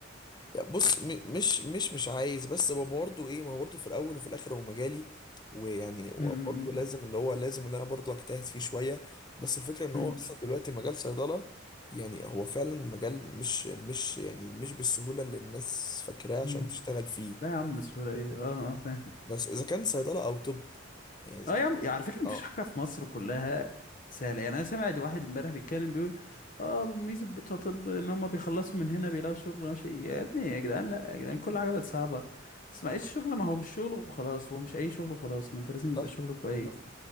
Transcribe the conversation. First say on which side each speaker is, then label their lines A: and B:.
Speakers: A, on the left (about 20°); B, on the left (about 45°).
A: يعني بص م- مش مش مش عايز بس هو برضه ايه ما هو برضه في الاول وفي الاخر هو مجالي ويعني وبرضه
B: مم. مم.
A: لازم اللي هو لازم اللي انا برضه اجتهد فيه شويه بس الفكره ان
B: مم.
A: هو اصلا دلوقتي مجال صيدله يعني هو فعلا مجال مش مش يعني مش بالسهوله اللي الناس فاكراه
B: مم.
A: عشان تشتغل فيه
B: لا يا عم سهولة ايه اه اه فاهم
A: بس اذا كان صيدله او طب يعني اذا
B: اه
A: كان
B: يا عم على فكره مفيش
A: اه
B: حاجه في مصر كلها سهله يعني انا سمعت واحد امبارح بيتكلم بيقول اه ميزه بتوع طب ان هم بيخلصوا من هنا بيلاقوا شغل ماشي يا ابني يا جدعان لا يا جدعان كل حاجه بقت صعبه بس ما ايش شغل ما هو مش شغل وخلاص هو مش اي شغل وخلاص ما انت لازم يبقى
A: صح
B: شغل كويس